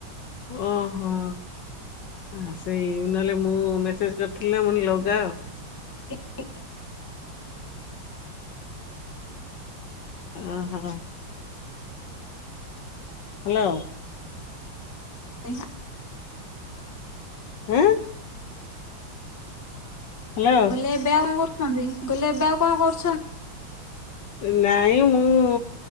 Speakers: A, on the left; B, on the left.
A: ଓହୋ। ହଁ ସେଇ ନହେଲେ ମୁଁ ମେସେଜ କରିଖିଥିଲି ନା ମୁଣି ଲଗାଅ।
B: <inaudible>
A: ଓହୋ। ହ୍ୟାଲୋ।
B: <inaudible>
A: ହୁଁ। ହ୍ୟାଲୋ।
B: କଇଲେ ଏବେଆଉ କଣ କରୁଛନ୍ତି କଇଲି ଏବେ ଆଉ କଣ କରୁ
A: ନାଇଁ ମୁଁ